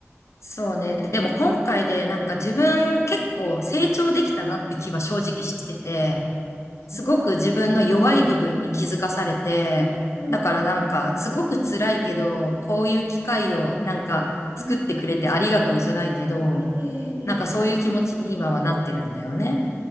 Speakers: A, on the left; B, on the right.
A: そうね。でも今回でなんか自分結構成長できたなって気は正直してて、
B: すごい。
A: すごく自分の弱い部分に気づかされて、
B: うん、
A: だからなんかすごく辛いけど、
B: うん、
A: こういう機会をなんか作ってくれてありがとうじゃないけど、
B: うん、うん、うん、うん、うん、うんうんうん
A: なんかそういう気持ちに今はなってるんだよね。